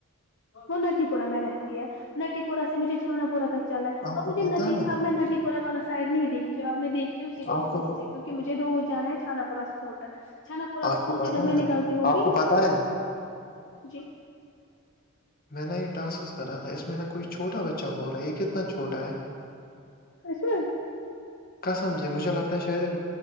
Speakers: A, on the left; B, on the left.
A: وہ نٹی پورہ میں رہتی ہے نٹی پورہ سے مجھے چھانا پڑا چل رہ ہے
B: آپ
A: اب مجھے
B: کو
A: ن
B: پتہ ہے
A: اب میں نٹی پورہ والا سائڈ نہیںیکھتی ہوں اب میں دیکھتی ہوںے
B: آپ
A: اسکول
B: کو
A: سے کیونکہ مجھے رو جانا ہے چانا پورہ اسکول تک چھناا پورا
B: آپ
A: اسکول
B: کو
A: سے
B: پتہ
A: جب میں
B: ہے
A: نکلتی ہوگی
B: آپ کو پتہ ہے
A: جی
B: میں نے یہ ٹس کرا تھا اس میں ن ک کوئی چوٹا بچہ بول رہا ہے یہ کتنا چھوٹا ہے
A: سشم
B: کسم سے ہے مجھے لگتا ہے شاید